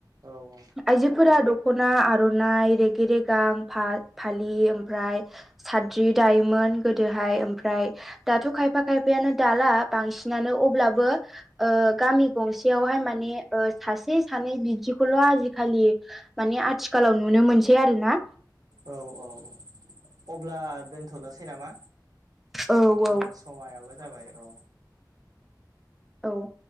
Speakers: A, on the right; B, in the centre.
A: औ औ
B: आइजोफोरा दख'ना आर'नाइ रेगे रेगां फा फालि ओमफ्राय साद्रि दायोमोन गोदोहाय ओमफ्राय दाथ' खायफा खायफायानो दाला बांसिनानो अब्लाबो ओ गामि गंसेयावहाय माने ओ सासे सानै बिदिखौल' आजि खालि माने आथिखालाव नुनो मोनसै आरो ना
A: औ औ औ अब्ला दोनथ'नोसै नामा?
B: औ
A: जो
B: औ
A: समायाबो जाबाय औ
B: औ